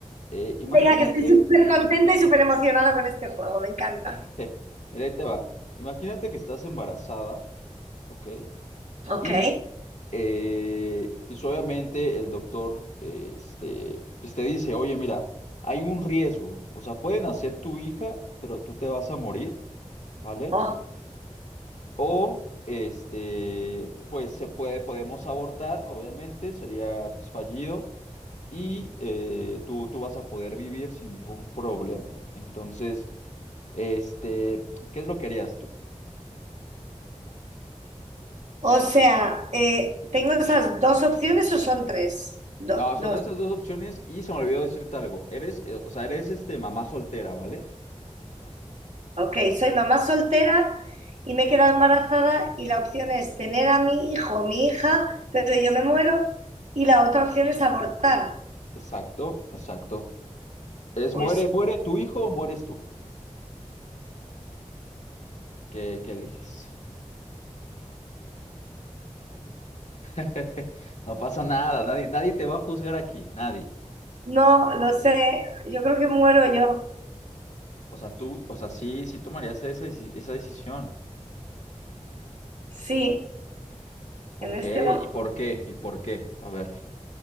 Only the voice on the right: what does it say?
Venga, que estoy súper contenta y súper emocionada con este juego. Me encanta.
Ok.
Oh.
O sea, eh, ¿tengo esas dos opciones o son tres? Do-
dos.
Ok, soy mamá soltera y me he quedado embarazada y la opción es tener a mi hijo o mi hija, pero yo me muero y la otra opción es abortar.
Pues
no, lo sé, yo creo que muero yo.
Sí,
en este momento.